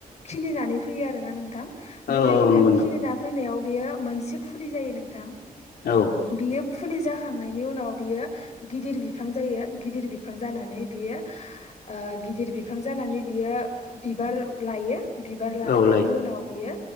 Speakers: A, on the left; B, on the left.
A: खिलिनानै फैयो आरोना नोंथां बेबायदिनो
B: औ नंगौ
A: खिलिना फैनायाव बियो मोनसे फुलि जायो नोंथां
B: नोंथां औ
A: बियो फुलि जाखांनायनि उनाव बियो गिदिर बिफां जायो गिदिर बिफां जानानै बियो ओ गिदिर बिफां जानानै बियो बिबार लायो बिबार
B: औ
A: लानायनि
B: औ लायो
A: उनाव बियो